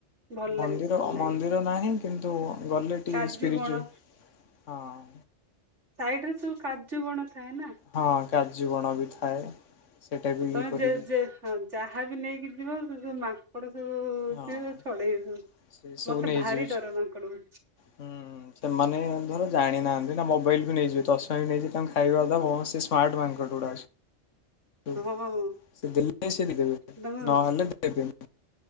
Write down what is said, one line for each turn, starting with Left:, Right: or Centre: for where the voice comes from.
Right: ଭଲ
Left: ମନ୍ଦିର
Right: ଲାଗେ ଭଲ ଲାଗେ
Left: ମନ୍ଦିର ନାହିଁ କିନ୍ତୁ ଗଲେ ଟିକେ
Right: କାଜୁ
Left: ସ୍ପିରିଚୁଏ
Right: ବଣ
Left: ହଁ।
Right: ସାଇଡ ରେ ସବୁ କାଜୁ ବଣ ଥାଏ ନା।
Left: ହଁ କାଜୁ ବଣ ବି ଥାଏ। ସେଇଟା ବି
Right: ଆ ତମେ
Left: ଇଏ କରିକି
Right: ଯେ ଯେ ହଁ ଯାହା ବି ନେଇକି ଯିବ ଯୋଉ ମାଙ୍କଡ ହୁ ସେ
Left: ହଁ
Right: ସବୁ ଛଡେଇ ସବୁ
Left: ସେ ସବୁ
Right: ମତେ
Left: ନେଇଯିବ
Right: ଭାରି ଡର
Left: ସେ
Right: ମାଙ୍କଡକୁ
Left: ହୁଁ ସେମାନେ ଧର ଜାଣିନାହାନ୍ତି ନା ମୋବାଇଲ ବି ନେଇଯିବେ ଚଷମା ବି ନେଇଯିବେ ତାଙ୍କୁ ଖାଇବା ହଁ ସେ ସ୍ମାର୍ଟ ମାଙ୍କଡ଼ ଗୁଡା ଅଛ ହୁଁ
Right: ହଁ
Left: ସେ ଦେଲେ ସେଠି ଦେବେ
Right: ତାଙ୍କ
Left: ନହେଲେ ସେ ଦେବେନି।